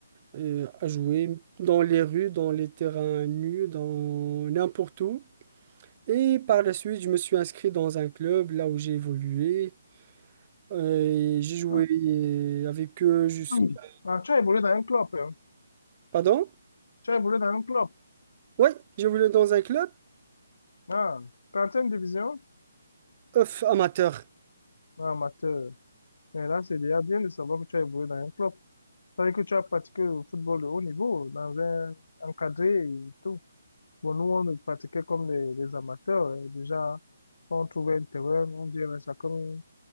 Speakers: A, on the right; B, on the left.
A: euh, à jouer dans les rues, dans les terrains nus, dans n'importe où. Et par la suite, je me suis inscrit dans un club, là où j'ai évolué. Euh, j'ai joué
B: Ah,
A: euh, avec eux jusqu'à...
B: <clears throat> Ah, tu as évolué dans un club, hein.
A: Pardon?
B: Tu as évolué dans un club.
A: Oui, j'ai voulu dans un club
B: Ah, 30 division?
A: off, amateur.
B: Ah, amateur. Mais là, c'est déjà bien de savoir que tu as évolué dans un club. Ça veut dire que tu as pratiqué le football de haut niveau, dans un encadré et tout. Bon, nous, on le pratiquait comme des les amateurs. hein. Déjà, on trouvait un terrain, on dirait ça comme...